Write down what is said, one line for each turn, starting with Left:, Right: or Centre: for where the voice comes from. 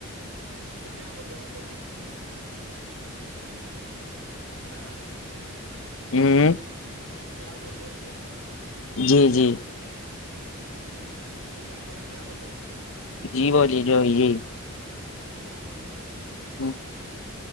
Right: تو کیا بولے بتائیے ہاں
Left: ہوں
Right: کیا بولے پھر
Left: جی جی
Right: جی نہیں بولے کیا بولے ہیں
Left: جی بولیے جو یہی
Right: ہاں ہاں
Left: ہوں